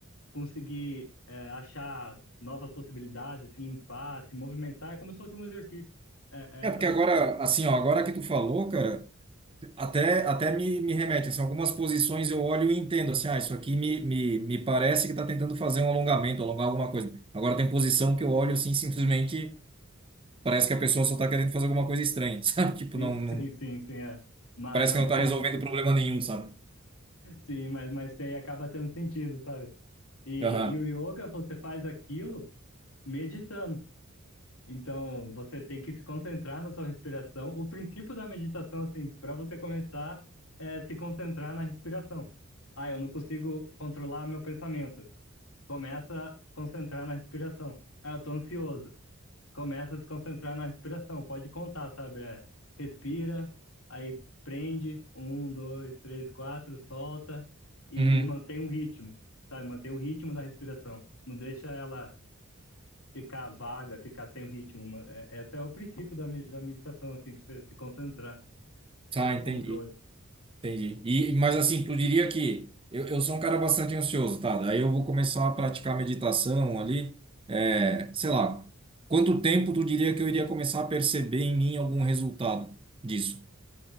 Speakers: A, on the left; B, on the right.
A: conseguir eh, achar novas possibilidades, se limpar, se movimentar. É como se fosse um exercício. É,
B: É
A: essa
B: porque agora, assim, ó, agora que tu falou, cara, até, até me, me remete, assim, algumas posições eu olho e entendo, assim, ah, isso aqui me, me, me parece que tá tentando fazer um alongamento, alongar alguma coisa. Agora tem posição que eu olho, assim, simplesmente parece que a pessoa só tá querendo fazer alguma coisa estranha, <laughs> sabe? Tipo,
A: Sim,
B: não,
A: <laughs>
B: não,
A: sim, sim, sim, é. Mas,
B: parece
A: mas
B: que não tá
A: tem,
B: resolvendo problema nenhum, sabe?
A: sim, mas, mas tem, acaba tendo sentido, sabe? E,
B: Aham.
A: e o yoga, você faz aquilo meditando. Então, você tem que se concentrar na sua respiração. O princípio da meditação, assim, para você começar, é se concentrar na respiração. Ah, eu não consigo controlar meu pensamento. Começa a concentrar na respiração. Ah, eu tô ansioso. começa a se concentrar na respiração. Pode contar, sabe? É, respira, aí prende, um, dois, três, quatro, solta e,
B: Uhum.
A: e mantém um ritmo, sabe? Mantém o ritmo da respiração. Não deixa ela ficar vaga, ficar sem o ritmo. Ma- é- Esse é o princípio da, me- da meditação, assim, para você se concentrar,
B: Tá,
A: ter o
B: entendi.
A: controle.
B: Entendi. E, mas assim, tu diria que eu, eu sou um cara bastante ansioso, tá? Daí eu vou começar a praticar meditação ali. É, sei lá, quanto tempo tu diria que eu iria começar a perceber em mim algum resultado disso?